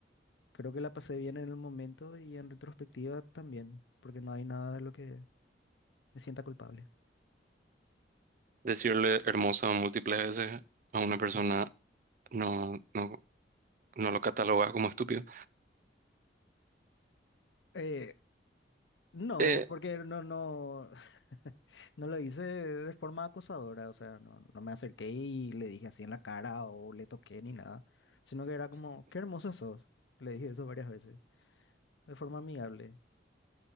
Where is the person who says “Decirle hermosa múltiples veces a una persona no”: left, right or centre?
Right